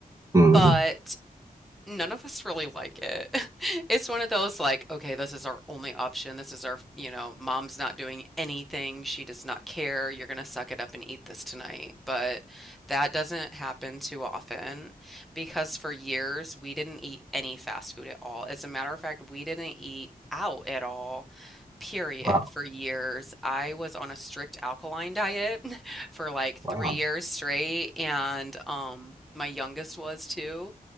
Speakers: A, on the right; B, in the centre.
A: Mm,
B: But none of us really like it. <laughs> It's one of those like, okay, this is our only option. This is our, you know, mom's not doing anything. She does not care. You're gonna suck it up and eat this tonight. But that doesn't happen too often because for years we didn't eat any fast food at all. As a matter of fact, we didn't eat out at all, period,
A: wow,
B: for years. I was on a strict alkaline diet <laughs> for like three
A: wow.
B: years straight, and um, my youngest was too